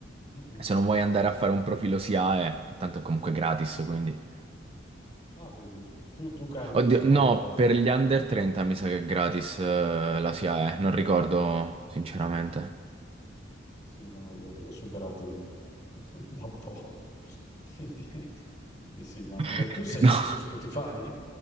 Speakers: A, on the left (about 20°); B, on the right (about 30°).
A: Mhm.
B: Se non vuoi andare
A: Quel-
B: a fare un profilo SIAE, che tanto è comunque gratis, quindi...
A: Ah, vedi, tu, tu carichi
B: Oddio,
A: su... Ba-
B: no, per gli under 30 mi sa che è gratis, eh, la SIAE,
A: no.
B: non ricordo sinceramente.
A: Sì, no, io li ho superati <laughs> da un po'. Quindi- <laughs> Quindi Sì, ma magari...
B: <laughs>
A: Tu sei anche
B: No,
A: su Spotify?